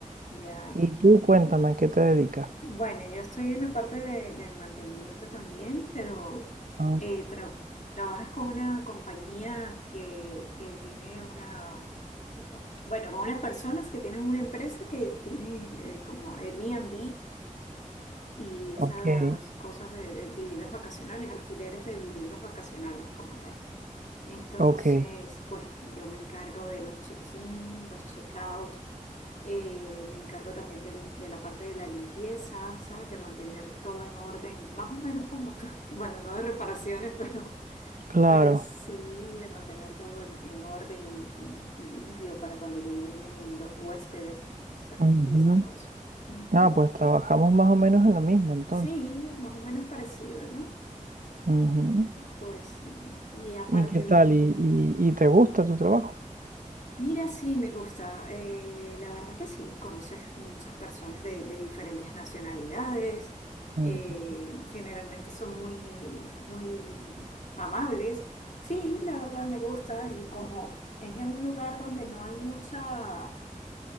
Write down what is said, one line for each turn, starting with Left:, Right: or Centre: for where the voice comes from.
Left: Ya,
Right: Y tú cuéntame, ¿a qué te dedicas?
Left: Bueno, yo estoy en la parte de, de mantenimiento también, pero
Right: Ah,
Left: eh, tra- trabajas con una compañía que, que tiene una, bueno, con unas personas que tienen una empresa que tiene eh, como Airbnb y esas
Right: ok,
Left: cosas de, de viviendas vacacionales, alquileres de viviendas vacacionales como tal. Entonces,
Right: ok,
Left: pues yo me encargo de los check-in, los check-out eh, me encargo también del- de, la parte de la limpieza, ¿sabes? De mantener todo en orden, más o menos como tú. <laughs> Bueno, no de reparaciones, <laughs> pero,
Right: claro.
Left: pero sí de mantener todo en, en orden y, y- y limpio para cuando lleguen los huéspedes y, esa-
Right: Ujú.
Left: y esas cosas. Ujú.
Right: Ah, pues trabajamos más o menos en lo mismo entonces.
Left: Sí, es más o menos parecido, ¿no?
Right: Ujú.
Left: Pues sí. Y aparte,
Right: ¿Y qué tal? ¿Y, y- y te gusta tu trabajo?
Left: Mira, sí, me gusta. Eh, la verdad que sí, conoces muchas personas de, de diferentes nacionalidades.
Right: Ujú.
Left: eh, generalmente son muy, muy amables. Sí, la verdad me gusta. Y como es en un lugar donde no hay mucha